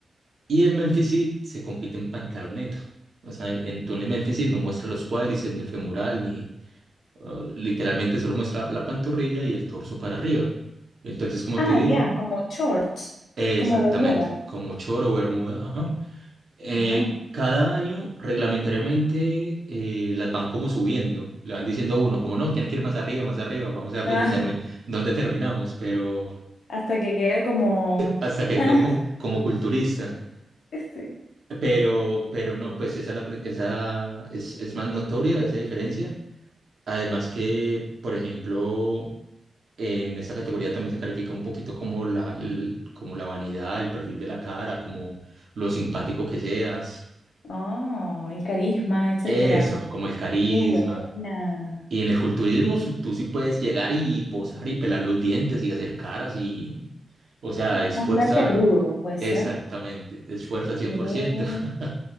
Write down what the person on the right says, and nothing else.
Y en Memphis sí se compite en pantaloneta. O sea, en, tú en el Memphis sí no muestra los cuádriceps, ni el femoral, Ah, literalmente solo muestra la pantorrilla y el torso para arriba. Entonces, como
te digo,
exactamente,
como choro o bermuda, ajá. Eh,
cada año, reglamentariamente, eh, las van como subiendo, le van diciendo a uno, como no, tiene que ir más arriba, más arriba, vamos a ver
dónde, termi- dónde terminamos, pero
hasta que
digo como, como culturista.
Pero, pero
no, pues esa, la pri- esa es, es más notoria esa diferencia. Además que, por ejemplo, En esta categoría también se califica un poquito como la, l- como la vanidad, el perfil de la cara, como lo simpático que seas,
eso, como el carisma.
Y en el culturismo su- tú sí puedes llegar y posar y pelar los dientes y hacer caras y, o sea, es
fuerza,
exactamente,
es fuerza al cien
por ciento <laughs>